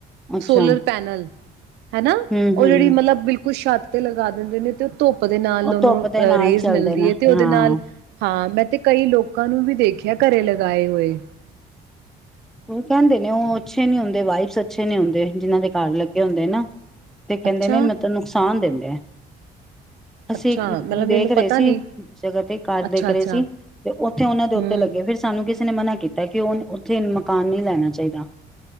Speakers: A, in the centre; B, on the right.
A: ਅੱਛਾ,
B: ਸੋਲਰ ਪੈਨਲ ਹੈਨਾ,
A: ਹੂੰ-ਹੂੰ
B: ਉਹ ਜਿਹੜੀ ਮਤਲਬ ਬਿਲਕੁਲ ਛੱਤ ਤੇੱ <unintelligible> ਲਗਾ ਦਿੰਦੇ ਨੇ ਤੇ ਉਹ ਧੁੱਪ ਦੇ ਨਾਲ
A: ਉਹ
B: ਉਹਨੂੰ
A: ਧੁੱਪ ਦੇ ਨਾਲ
B: ਰੇਜ਼
A: ਚੱਲਦੇ
B: ਮਿਲਦੀ
A: ਨੇ
B: ਹੈ ਤੇ ਉਹਦੇ
A: ਹਾਂ।
B: ਨਾਲ ਹਾਂ ਮੈਂ ਤੇ ਕਈ ਲੋਕਾਂ ਨੂੰ ਵੀ ਦੇਖਿਆ ਘਰੇ ਲਗਾਏ ਹੋਏ।
A: ਉਹ ਕਹਿੰਦੇ ਨੇ ਉਹ ਅੱਛੇ ਨੀ ਹੁੰਦੇ ਵਾਈਬਜ਼ ਅੱਛੇ ਨੀ ਹੁੰਦੇ, ਜਿਹਨਾਂ ਦੇ ਘਰ ਲੱਗੇ ਹੁੰਦੇ ਨਾ। ਤੇ ਕਹਿੰਦੇ
B: ਅੱਛਾ
A: ਨੇ ਮਤਲਬ ਨੁਕਸਾਨ ਦਿੰਦੇ ਆ। ਅਸੀਂ
B: ਅੱਛਾ ਮਤਲਬ
A: ਦੇਖ
B: ਮੈਨੂੰ
A: ਰਹੇ
B: ਪਤਾ
A: ਸੀ,
B: ਨੀ
A: ਜਗ੍ਹਾ ਤੇ ਘਰ
B: ਅੱਛਾ
A: ਦੇਖ ਰਹੇ
B: ਅੱਛਾ
A: ਸੀ, ਤੇ ਉੱਥੇ ਉਹਨਾਂ ਦੇ ਉੱਤੇ
B: ਹਮ
A: ਲੱਗੇ ਫਿਰ ਸਾਨੂੰ ਕਿਸੇ ਨੇ ਮਨਾ ਕੀਤਾ ਕਿ ਉਹ ਉੱਥੇ ਇਨ ਮਕਾਨ ਨਹੀਂ ਲੈਣਾ ਚਾਹੀਦਾ।